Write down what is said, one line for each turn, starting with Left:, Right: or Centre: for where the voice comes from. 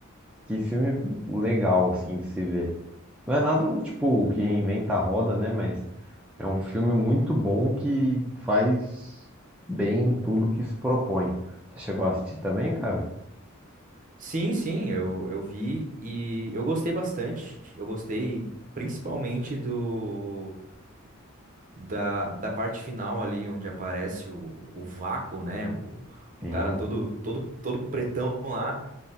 Centre: que filme legal, assim, de se ver. Não é nada, tipo, que reinventa a roda, né? Mas é um filme muito bom que faz bem tudo que se propõe. Você chegou a assistir também, cara?
Right: Sim, sim, eu, eu vi e eu gostei bastante. Eu gostei principalmente do da, da parte final ali, onde aparece o, o vácuo, né? O,
Centre: Sim,
Right: o cara
Centre: o-
Right: todo, todo, todo pretão lá.